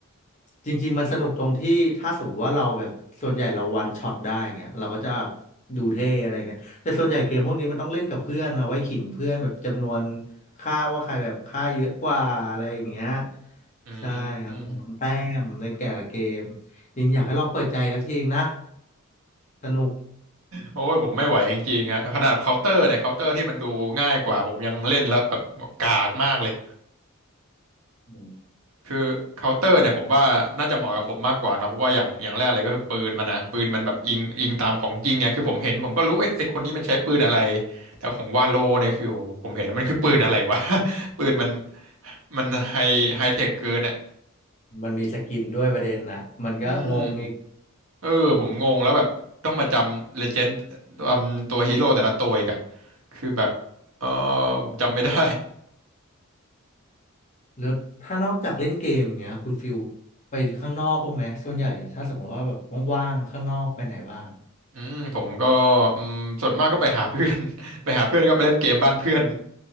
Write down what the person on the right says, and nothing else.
อืมอืม
โอ้ยผมไม่ไหวจริงๆฮะขนาดเคาน์เตอร์เนี่ยเคาน์เตอร์ที่มันดูง่ายกว่าผมยังเล่นแล้วแบบกากมากเลย
คือเคาน์เตอร์เนี่ยผมว่าน่าจะเหมาะกับผมมากกว่าเนอะเพราะว่าอย่างอย่างแรกเลยก็คือปืนมันนะปืนมันแบบอิงอิงตามของจริงไงคือผมเห็นผมก็รู้ไอ้ไอ้คนนี้มันใช้ปืนอะไรแต่ของวาโลเนี่ยคือโหผมเห็นแล้วมันคือปืนอะไรวะ <laughs> ปืนมันมันไฮไฮเทคเกินอ่ะ
อืมเออผมงงแล้วแบบต้องมาจำเลเจนด์ตัวฮีโร่แต่ละตัวอีกอะคือแบบเออผมจำไม่ได้
อืมผมก็อืมส่วนมากก็ไปหาเพื่อน <laughs> ไปหาเพื่อนก็ไปเล่นเกมบ้านเพื่อน